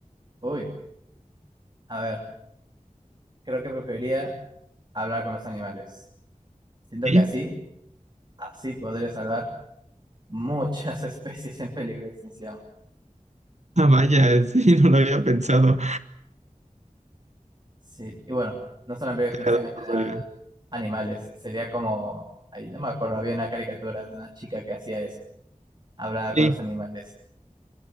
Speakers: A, on the right; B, on the right.
A: Uy, a ver. Creo que preferiría hablar con los animales. Siento
B: Sí.
A: que así, así podría salvar muchas <laughs> especies en peligro de extinción.
B: Ah, vaya, <laughs> sí, no lo había pensado.
A: Sí, y bueno, no solo en peligro
B: Te
A: de extinción,
B: la doy
A: en
B: por
A: general,
B: válida.
A: animales. Sería como, ahí no me acuerdo, había una caricatura de una chica que hacía eso. Hablaba
B: Sí,
A: con los animales.